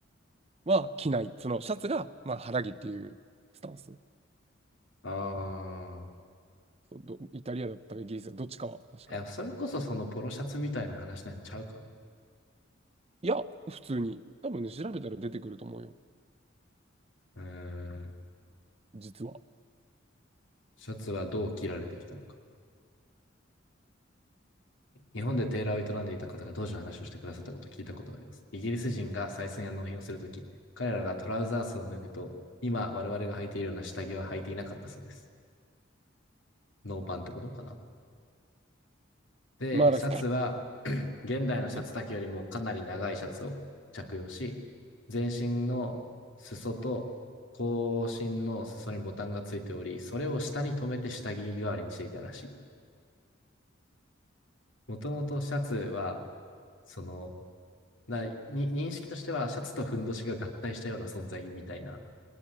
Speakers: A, on the right; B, on the left.
A: は、着ない。その、シャツが、まあ、肌着っていうスタンス。
B: あ
A: そうどイタリアだったかイギリスだったかどっちかは、確か。
B: ー。え、それこそそのポロシャツみたいな話なんちゃうかな。
A: いや、普通に。多分ね、調べたら出てくると思うよ。
B: うーん。
A: 実は。
B: シャツはどう着られてきたのか。日本でテーラーを営んでいた方が当時の話をしてくださったことを聞いたことがあります。イギリス人が採寸や納品をするとき、彼らがトラウザースを脱ぐと、今我々が履いているような下着は履いていなかったそうです。ノーパンってことかなで、
A: まあ、だか
B: シャツは現代のシャツ丈よりもかなり長いシャツを着用し、
A: らね
B: 全身の裾と後身の裾にボタンがついており、それを下に留めて下着代わりにしていたらしい。もともとシャツは、その、なに認識としてはシャツとふんどしが合体したような存在みたいな